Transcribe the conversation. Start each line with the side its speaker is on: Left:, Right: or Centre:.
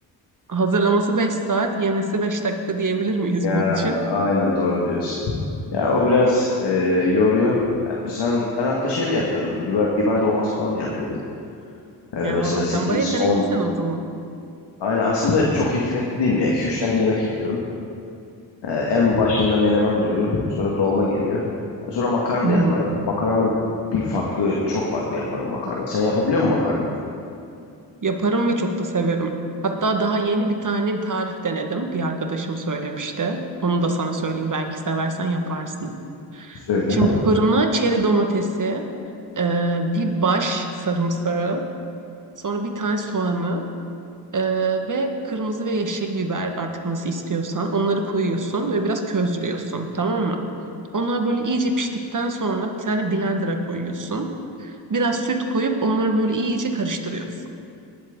Right: hazırlaması 5 saat, yemesi 5 dakika diyebilir miyiz
Left: Ya
Right: bunun için?
Left: aynen doğru diyorsun. Ya o biraz e, yoruyor. Ya biz han- ben hatta şey de yapıyordum. Biber biber dolması falan da yapıyordum. Ee,
Right: Ya
Left: mesela
Right: sen
Left: 8
Right: bayağı yeteneklisin
Left: on
Right: o zaman.
Left: Aynı aslında çok yetenekli değilim ya. 2 üç tane yemek yapıyorum. Ee, en başında menemen duruyor. Sonra dolma geliyor. Ee, Sonra makarna
Right: Hı.
Left: da yaparım. Makarnanı bir farklı, çok farklı yaparım makarna. Sen yapabiliyor musun makarna?
Right: Yaparım ve çok da severim. Hatta daha yeni bir tane bir tarif denedim. Bir arkadaşım söylemişti. Onu da sana söyleyeyim belki seversen yaparsın.
Left: Söyle.
Right: Şimdi fırına çeri domatesi, e, bir baş sarımsağı, sonra bir tane soğanı e, ve kırmızı ve yeşil biber artık nasıl istiyorsan onları koyuyorsun ve biraz közlüyorsun tamam mı? Onlar böyle iyice piştikten sonra bir tane blender'a koyuyorsun. Biraz süt koyup onları böyle iyice karıştırıyorsun.